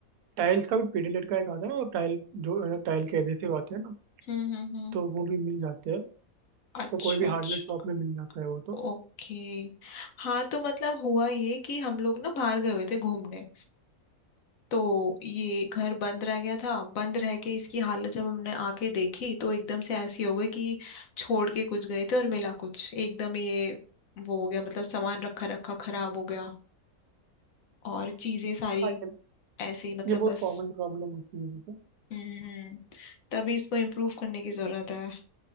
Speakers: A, on the right; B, on the left.
A: टाइल्स का भी पीडीलेट का एक आता है ना टाइल जो है ना टाइल के एडहेसिव आते हैं ना
B: हम्म हम्म हम्म
A: तो वो भी मिल जाते हैं तो
B: अच्छा
A: कोई भी हार्डवेयर
B: अच्छा
A: शॉप में मिल जाता है वो तो
B: ओके हाँ तो मतलब हुआ ये कि हम लोग ना बाहर गए हुए थे घूमने तो ये घर बंद रह गया था बंद रह के इसकी हालत जब हमने आके देखी तो एकदम से ऐसी हो गई कि छोड़ के कुछ गए थे और मिला कुछ एकदम ये वो हो गया मतलब सामान रखा रखा खराब हो गया और चीजें सारी
A: हाँ ये
B: ऐसे ही मतलब
A: ये बहुत
B: बस
A: कॉमन प्रॉब्लम होती है जैसे
B: हम्म तभी इसको इम्प्रूव करने की जरूरत है